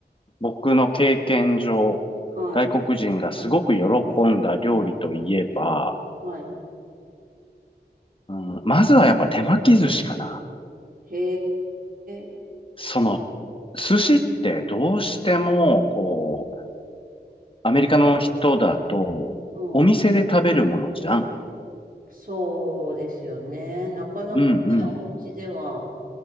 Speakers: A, on the left (about 30°); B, on the right (about 55°).
A: 僕の経験上、
B: はい。
A: 外国人がすごく喜んだ料理といえば、
B: はい。
A: うん、まずはやっぱ手巻き寿司かな。
B: へえ。
A: その、寿司ってどうしても、こう、アメリカの人だと、
B: うん。
A: お店で食べるものじゃん。
B: そうですよね。なかなかね、
A: うんうん。
B: お家では